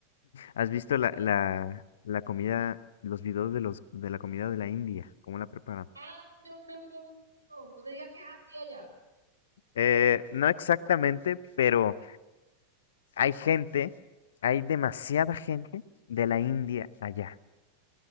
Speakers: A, on the left; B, on the right.
A: ¿has visto la, la, la comida, los videos de los de la comida de la India? ¿Cómo la preparan?
B: Ah, no, no, no, no. No me digas que es así allá.
A: Eh, no exactamente, pero hay gente, hay demasiada gente de la India allá,